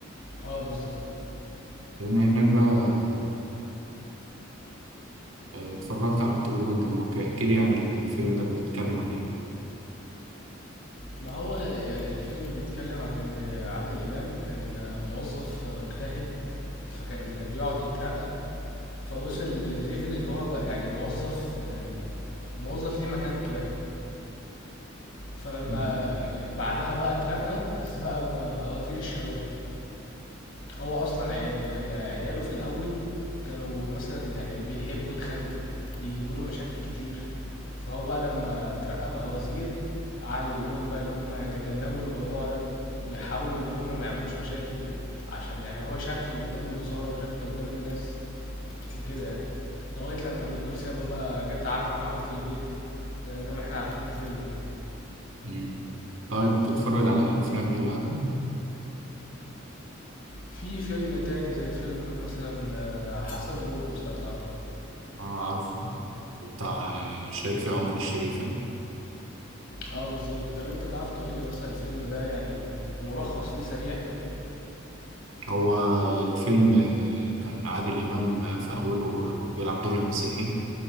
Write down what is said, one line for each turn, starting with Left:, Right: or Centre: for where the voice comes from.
Left: اه بالظبط
Right: بما انك بقى آه، اتفرجت على التجربة الدنماركية احكي لي عن الفيلم ده بتتكلم عن ايه
Left: ما هو يعني الفيلم بيتكلم عن ان عادل امام كان موظف مجتهد فكان بيقعد يترقى فوصل لليفل اللي هو بقى يعني موظف يعني موظف ليه مكانته يعني فلما
Right: مم.
Left: بعدها بقى اترقى بس بقى بقى وزير الشباب هو اصلا عيا- يعني عياله في الاول كانوا مثلا يعني بيحبوا يتخانقوا بيجيبوا له مشاكل كتير فهو بقى لما اترقى بقى وزير قعد يقول لهم بقى اللي هم يتجنبوا الموضوع ده ويحاولوا اللي هم ما يعملوش مشاكل عشان يعني هو شكله قدام الوزارة وشكله قدام الناس وكده يعني لغاية لما نيكول سابا بقى جت قعدت معاهم في البيت وزي ما احنا عارفين الفيلم يعني
Right: مم. طيب بتتفرج على افلام ايه العدل
Left: في فيلم تاني زي فيلم مثلا آه، حسن ومرقص لو تعرف
Right: اه عارفه بتاع شارك فيه عمر الشريف يعني.
Left: اه بالظبط طب انت تعرف تقول لي مثلا الفيلم ده يعني ملخص ليه سريع كده
Right: هو الفيلم آه، كان عادل امام آه، في اوله آه، بيلعب دور المسيحي